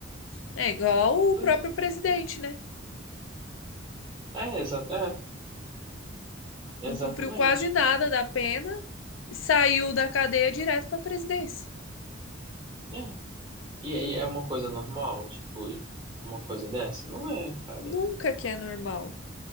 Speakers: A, on the left (about 75°); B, on the right (about 25°).
A: É igual o próprio
B: é,
A: presidente, né?
B: é, exa- é, exatamente.
A: Não cumpriu quase nada da pena e saiu da cadeia direto para a presidência.
B: É. E aí é uma coisa normal, tipo, uma coisa dessa? Não é, cara.
A: Nunca que é normal,